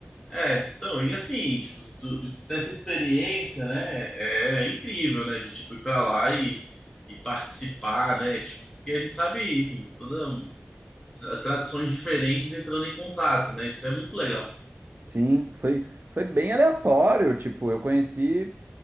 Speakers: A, on the left; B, on the right.
A: É, então, e assim, tipo, tu- de tu ter essa experiência, né? É incrível, né? De tipo ir pra lá e, e participar, né? Tipo, porque a gente sabe, enfim, tem toda um- tra- tradições diferentes entrando em contato, né? Isso é muito legal.
B: Sim, foi, foi bem aleatório. Tipo, eu conheci